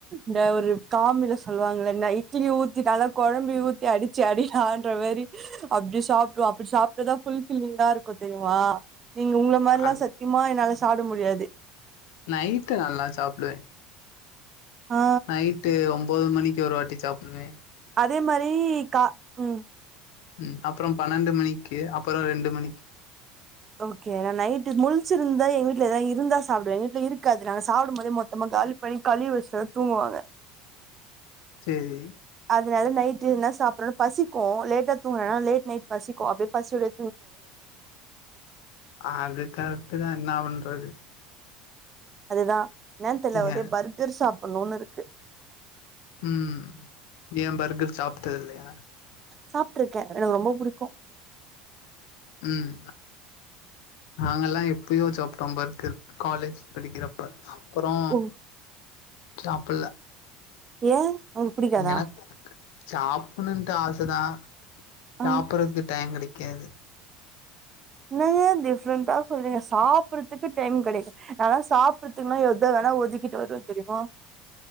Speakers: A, on the right; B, on the left.
A: இந்த ஒரு காமில சொல்லுவாங்கள்ள ந இட்லி ஊத்தி நல்லா கொழம்பி ஊத்தி அடிச்சு அடிடான்ற மாரி அப்டி சாப்டுவோ அப்டி சாப்டதா ஃபுல்ஃபில்லிங்கா இருக்கு தெரியிமா நீங்க உங்ள மார்லா
B: அ
A: சத்யமா என்னால சாப்ட முடியாது
B: நைட்டு நல்லா சாப்டுவே
A: ஆ
B: நைட்டு் ஒம்போது மணி க்கி ஒருவாட்டி சாப்புடுவே
A: அதே மாரி கா ம்
B: ம் அப்றம் பன்னெண்டு மணிக்கு அப்பறொ ரெண்டு மணிக்கு
A: ஓகே நா நைட்டு் முழிச்சுருந்தா எங்க வீட்ல எதா இருந்தா சாப்டுவே எங்க வீட்ல இருக்காது நாங்க சாப்டும் போதே மொத்தமா காலி பண்ணி கழிவி வச்சுட்டுதா தூங்குவாங்க
B: சேரி
A: அதுனால நைட்டு என்ன சாப்புரணு பசிக்கு லேட் டா தூங்குறனா லேட் நைட் பசிக்கு அப்டியே பசியோடவே
B: அது கரெக்ட்டு தா இன்னா பண் றது
A: அதுதா என்னான் தெர்ல ஒரே
B: ஏ
A: பர்கர் சாப்புன்னூனு இருக்கு
B: ம் ஏ பர்கர் சாப்ட்டதில்லயா?
A: சாப்ட்டுருக்கே எனக்கு ரொம்ப புடிக்கு
B: ம் நாங்கல்லா எப்பயோ சாப்ட்டோ பர்கர் காலேஜ் படிக்கிறப்ப அப்புறோ
A: ஓ
B: சாப்புல்ல
A: ஏ உங்களுக்கு புடிக்காதா
B: எனக்கு சாப்புணுன்ட்டு ஆசதா
A: ஆ
B: சாப்புறதுக்கு டைம் கெடைக்காது
A: <unintelligible> டிஃப்ரெண்டா சொல்றீங்க சாப் புறதுக்கு டைம் கெடைக்கு நாலா சாப்புறத்துக்னா எத வேணா ஒதுக்கிட்டு வருவெ தெரியுமா